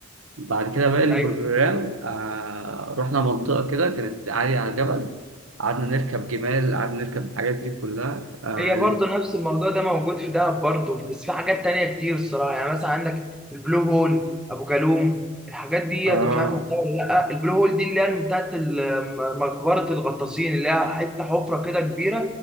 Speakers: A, on the right; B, in the centre.
A: بعد كده بقى البروجرام
B: ايوه
A: آه رحنا منطقه كده كانت عاليه على الجبل قعدنا نركب جمال قعدنا نركب الحاجات دي كلها آه,
B: هي برضه نفس الموضوع ده موجود في دهب برضه بس في حاجات تانية كتير الصراحه يعني مثلا عندك البلو هول ابو جالوم الحاجات دي
A: آه,
B: انت مش عارف رحتها ولا لا البلو هول دي اللي هي بتاعت ال- مقبره الغطاسين اللي هي حته حفره كده كبيره